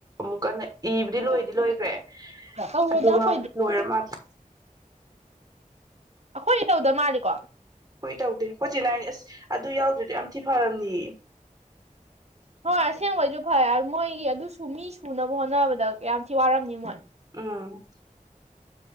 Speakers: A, on the right; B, on the right.
A: ꯃꯨꯛꯀꯟꯅ ꯏꯕꯨꯗꯤ ꯂꯣꯏꯗꯤ ꯂꯣꯏꯈ꯭ꯔꯦ
B: ꯇꯧꯔꯣꯏꯗ
A: ꯑꯗꯨꯒ
B: ꯑꯩꯈꯣꯏꯗꯤ
A: ꯂꯣꯏꯔ ꯃꯥꯜꯂ
B: ꯑꯩꯈꯣꯏ ꯇꯧꯗ ꯃꯥꯜꯂꯤꯀꯣ
A: ꯍꯣꯏ ꯇꯧꯗꯦ ꯄꯣꯠꯁꯤ ꯂꯛꯏ ꯑꯁ ꯑꯗꯨ ꯌꯥꯎꯗꯗꯤ ꯌꯥꯝ ꯊꯤ ꯐꯔꯕꯅꯤ <unintelligible>
B: ꯍꯣꯏ ꯑꯁꯦꯡꯕꯩꯁꯨ ꯐꯔꯦꯍꯥꯏ ꯃꯣꯏꯒꯤ ꯑꯗꯨꯁꯨ ꯃꯤ ꯁꯨꯅꯕ ꯍꯣꯠꯅꯕꯗ ꯌꯥꯝ ꯊꯤ ꯋꯥꯔꯝꯅꯤ ꯃꯣꯏ
A: ꯎꯝ